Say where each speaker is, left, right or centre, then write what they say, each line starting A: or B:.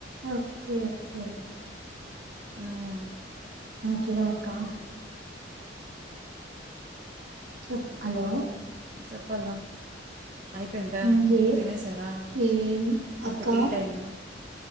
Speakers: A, on the right (about 65°); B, on the right (about 40°).
A: ఒకే ఒకే
B: హ్మ్.
A: కేమ అక్కా చెప్ హలో
B: చెప్పల ర అయిపోయిందా
A: ఇంకే
B: తినేశారా
A: ఏం అక్క
B: ఇంకా టీ టైమ్